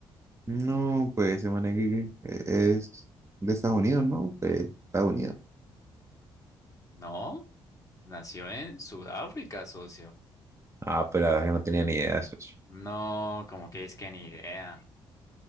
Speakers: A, on the right; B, on the left.
A: No, pues se maneja que es de Estados Unidos, ¿no? Pues Estados Unidos.
B: No, nació en Sudáfrica, socio.
A: Ah, pero la verdad es que no tenía ni idea, socio.
B: No, como que es que ni idea.